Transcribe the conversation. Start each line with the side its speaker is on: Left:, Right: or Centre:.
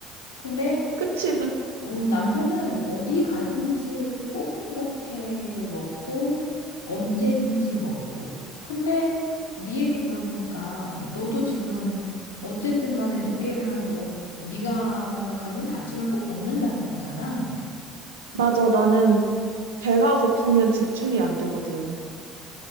Left: 근데
Right: 그치,
Left: 나-
Right: 그,
Left: 어, 남편은 어디 가든지 꼭 그렇게 먹고 언제든지 먹고. 근데 네 얘기 들어보니까 너도 지금 어쨌든 간에 늦게 일어나도 네가 생각하는 아침을 꼭 먹는다는 거잖아.
Right: 맞아. 나는 배가 고프면 집중이 안 되거든.